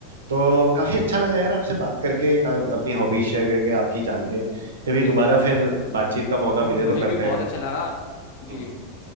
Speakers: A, on the right; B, on the left.
A: तो काफी अच्छा लगा यार आपसे बात करके का- अपनी हॉबीज शेयर करके आपकी जान के कभी दोबारा फिर बातचीत का मौका
B: मु-
A: मिले
B: मुझे
A: तो करते
B: भी बहुत
A: हैं
B: अच्छा लगा जी
A: हम्म